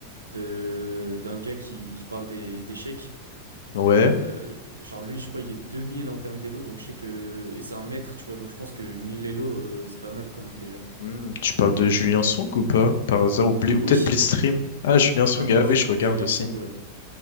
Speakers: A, on the right (about 80°); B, on the left (about 60°).
A: de, d'un gars qui, qui parle des, d'échecs.
B: Ouais.
A: Et, euh, genre, lui, je crois, il est 2000 en termes d'élo, donc je sais que. Et c'est un maître, tu vois, donc je pense que 1000 élo, euh, c'est pas mal quand même déjà.
B: Hmm, tu parles de Julien Song ou pas? Par hasard, ou, Bli-
A: <laughs>
B: ou peut-être
A: Oui.
B: Blitzstream. Ah, Julien Song,
A: Non, non,
B: ah
A: Ju-
B: oui, je regarde
A: Julien
B: aussi.
A: Song, ouais.